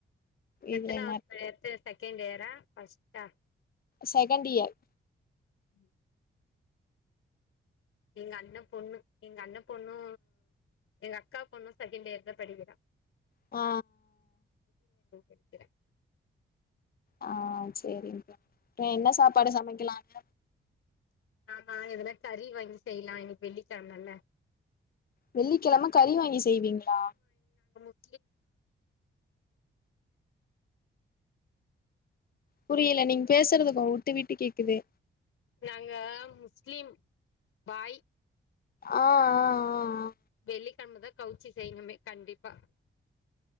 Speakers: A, on the left (about 85°); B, on the left (about 45°).
A: எத்தனாவது
B: இதுல என்ன
A: படி செகண்ட் இயரா ஃபர்ஸ்ட்டா
B: செகண்ட் இயர்
A: ம் எங்க அண்ண பொண்ணு எங்க அண்ண பொண்ணு எங்க அக்கா பொண்ணு செகண்ட் இயர் தா படிக்கிறா
B: ஆ
A: எட்டர
B: ஆ சேரிங்கா இப்ப என்ன சாப்பாடு சமைக்கலாங்க
A: நா எதுனா கறி வாங்கி செய்லா இன்னைக்கு வெள்ளிக்கெழமல்ல
B: வெள்ளிக்கெழமை கறி வாங்கி செய்வீங்களா
A: ம்
B: புரியல நீங பேசுறது உட்டு விட்டு கேக்குது
A: நாங்க முஸ்லிம் பாய்
B: ஆ ஆ ஆ
A: வெள்ளகெழமதா கவுச்சி செய்யணுமே கண்டிப்பா